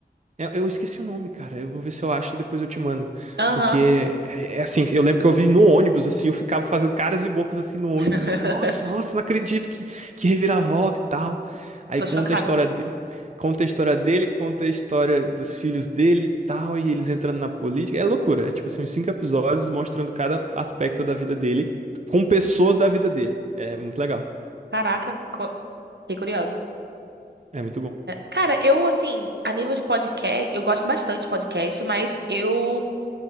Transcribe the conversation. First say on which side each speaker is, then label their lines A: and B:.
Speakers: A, on the right; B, on the right.
A: Eu, eu esqueci o nome, cara. Eu vou ver se eu acho e depois eu te mando.
B: Aham.
A: Porque é, é assim, eu lembro que eu vi no ônibus, assim, eu ficava fazendo caras e bocas assim no ônibus,
B: <laughs>
A: assim, nossa, nossa, não acredito que, que reviravolta e tal. Aí
B: Tô
A: conta
B: chocada.
A: a história de, conta a história dele, conta a história dos filhos dele e tal, e eles entrando na política. É loucura. É tipo assim, uns cinco episódios mostrando cada aspecto da vida dele com pessoas da vida dele. É muito legal.
B: Caraca, co- fiquei curiosa.
A: É muito bom.
B: Cara, eu, assim, a nível de podcast, eu gosto bastante de podcast, mas eu